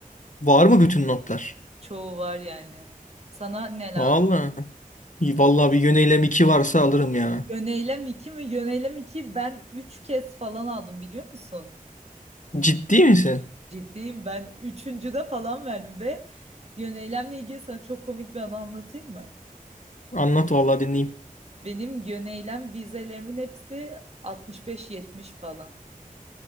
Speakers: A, on the left; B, on the right.
A: Var mı bütün notlar?
B: Çoğu var yani. Sana ne lazım?
A: Valla. İyi, Valla bir yöneylem iki varsa alırım ya.
B: Yöneylem 2 mi? Yöneylem 2. ben 3 kez falan aldım biliyor musun?
A: Ciddi misin?
B: Ciddiyim ben üçüncüde falan verdim ve yöneylemle ilgili sana çok komik bir anı anlatayım mı?
A: Anlat valla dinleyeyim.
B: Benim yöneylem vizelerimin hepsi 65-70 falan.